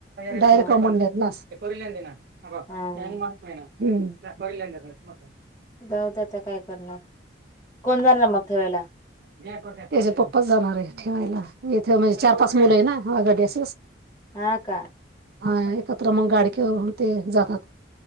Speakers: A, on the right; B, on the left.
A: डायरेक्ट
B: हम्म.
A: अमळनेर लास्ट. <unintelligible>
B: हा. जाऊ द्या आता काय करणार? कोण जाणार मग ठेवायला
A: त्याचे पप्पाच जाणार आहेत. ठेवायला. इथे म्हणजे चार पाच मुलं आहे ना? <unintelligible>
B: हा का?
A: हा. एकत्र मग गाडीकरून ते जातात.